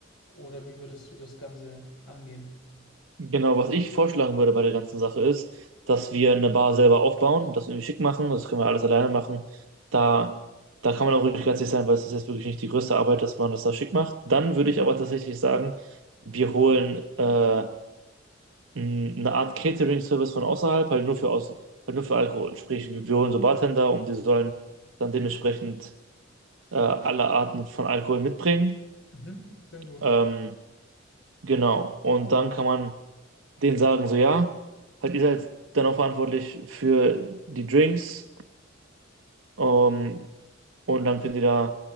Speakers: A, on the left; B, on the right.
A: oder wie würdest du das Ganze angehen?
B: Genau, was ich vorschlagen würde bei der ganzen Sache ist, dass wir eine Bar selber aufbauen, das irgendwie schick machen, das können wir alles alleine machen. Da, da kann man auch ruhig ganz sicher sein, weil es ist jetzt wirklich nicht die größte Arbeit, dass man das da schick macht. Dann würde ich aber tatsächlich sagen, wir holen äh, mh, eine Art Catering-Service von außerhalb, halt nur für aus, halt nur für Alkohol. Sprich, wir wir holen so Bartender und die sollen dann dementsprechend äh, alle Arten von Alkohol mitbringen.
A: Mhm. Klingt gut.
B: Ähm, genau. Und dann kann man denen sagen, so ja, halt ihr seid dann auch verantwortlich für die Drinks. Ähm, und dann können die da